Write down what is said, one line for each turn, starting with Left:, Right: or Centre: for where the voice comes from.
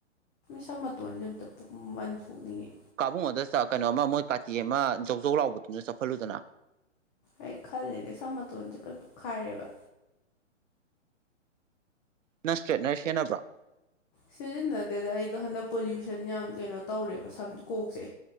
Left: ꯁꯝ ꯃꯇꯣꯟꯁꯦ ꯑꯝꯇ ꯄꯨ ꯃꯟ ꯊꯣꯛꯣꯛꯅꯤꯡꯉꯦ
Right: ꯀꯥꯕꯨꯡꯉꫭꯗ ꯀꯩꯅꯣ ꯑꯃ ꯃꯣꯏ ꯀꯥꯇꯤ ꯑꯃ ꯖꯧꯖꯧ ꯂꯥꯎꯕꯗꯨꯅ ꯆꯠꯐꯜꯂꯨꯗꯅ
Left: ꯑꯩ ꯈꯜꯂꯤꯅꯦ ꯁꯝ ꯃꯇꯣꯟꯁꯦ ꯂꯣꯏ ꯄꯣꯛꯈꯥꯏꯔꯦꯕ
Right: ꯅꯪ ꯏꯁꯇ꯭ꯔꯦꯠꯅꫪ ꯁꯤꯟꯅꯕ꯭ꯔꫭ
Left: ꯁꯤꯖꯤꯟꯅꯗꯦꯗ ꯑꯩꯗꯣ ꯍꯟꯗꯛ ꯄꯣꯂꯨꯁꯟ ꯌꯥꯝ ꯀꯩꯅꯣ ꯇꯧꯔꯦꯕ ꯁꯝ ꯀꯣꯛꯁꯦ